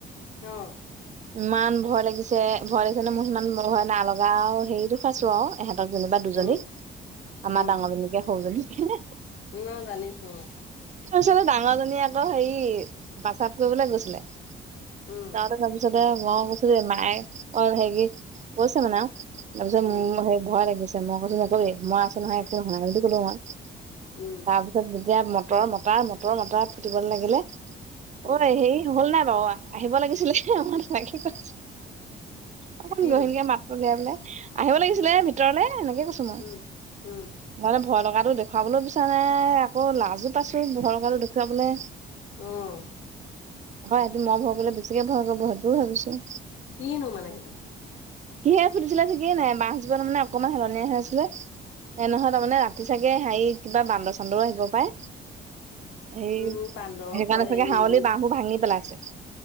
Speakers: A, on the left; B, on the right.
A: আহ
B: ইমান ভয় লাগিছে ভয় লাগিছে নে মোৰ সিমান ভয় নালগা আৰু হেৰিতটো খাইছো আৰু এহঁ দুজনী বা দুজনী
A: উম
B: আমাৰ
A: উম
B: ডাঙৰজনীকে সৰুজনী হ
A: ন জানিছো অ
B: ছোৱালী ডাঙৰ জনী আকৌ হেৰি বাচাপ কৰিবলৈ গৈছিলে। ছাৰ
A: উম
B: তাৰ পিছতে মই কৈছো মায়ে অ হেৰি কৈছে মানে তাৰপিছত মোৰ
A: উম
B: মানে ভয় লাগে সি কৈছে মই কৈছো নকবি মই আছো নহয় একো নহয় সেইটো কলো মই তাৰপিছত
A: উম
B: যেতিয়া মত তাৰ মতা ৰ <unintelligible> ঋমতা মটৰ মতা ফুটিবলৈ লাগিলে অ
A: উম
B: সেৰি হ'ল নাই অ আহিব লাগিছিলে <unintelligible> মাকে ক অকমান
A: কিনো
B: গহীণকে মাতটো বেয়া বোলে। আহিব লাগিছিলে।
A: উম
B: ভিতৰলে এনেকে কৈছো মই
A: উম উম
B: মই ভয় লগাত তো দেখুওৱা লৈ বিচাৰ নাই আকৌ লাজো পাইছো ভৰৰ কাল দেখুৱাবলে।
A: উম,
B: হয় সেইটো মই ভয় কৰিলে বেছিকে ভয় কৰিব সেইটোও ভাবিছো।
A: কিনো মানে সেইটো?
B: সে ফুলিছিলে নেকি নাই মাছ যোৱা মানে। অকমান হেলনীয়া হৈ আছিলে সে নহয় তাৰমানে ৰাতি চাগে হেৰি কিবা বান্দৰ-চান্দৰও আহিব পাৰে। এই
A: উম বান্দৰ
B: সেইকাৰণে
A: হেৰি
B: চাগে হাৱলি
A: নেউল
B: বাহহবোৰ ভাঙি পেলাইছে। <inaudible>